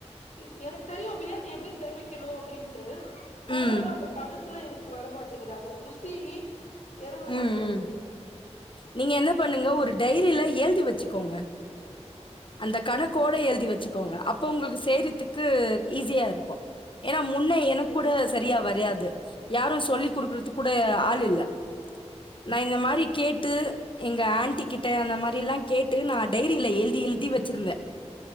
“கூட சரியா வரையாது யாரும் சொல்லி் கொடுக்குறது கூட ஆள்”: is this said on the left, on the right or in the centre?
Left